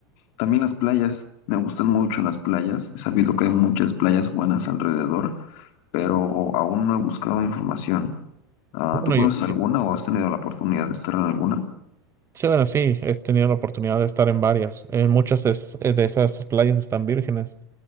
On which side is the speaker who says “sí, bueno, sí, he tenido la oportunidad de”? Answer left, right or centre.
Right